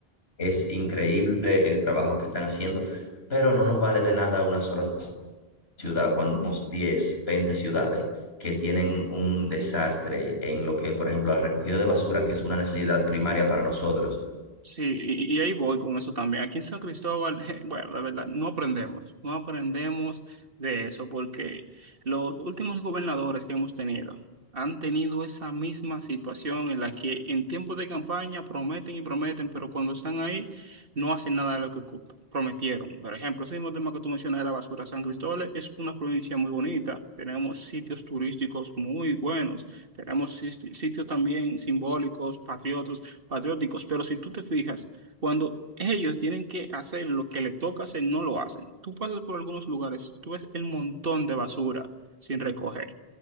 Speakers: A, on the left (about 80°); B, on the right (about 60°).
A: es increíble el trabajo que están haciendo, pero no nos vale de nada una sola ciudad cuando tenemos 10, 20 ciudades que tienen un desastre en lo que, por ejemplo, la recogida de basura, que es una necesidad primaria para nosotros.
B: Sí, y, y ahí voy con eso también. Aquí en San Cristóbal, <laughs> bueno, la verdad, no aprendemos, no aprendemos de eso, porque los últimos gobernadores que hemos tenido han tenido esa misma situación en la que en tiempos de campaña prometen y prometen, pero cuando están ahí no hacen nada de lo que cu- prometieron. Por ejemplo, ese mismo tema que tú mencionas de la basura, San Cristóbal es una provincia muy bonita, tenemos sitios turísticos muy buenos, tenemos siti- sitios también simbólicos, patriotas patrióticos, pero si tú te fijas, cuando ellos tienen que hacer lo que les toca hacer, no lo hacen. Tú pasas por algunos lugares, tú ves el montón de basura sin recoger.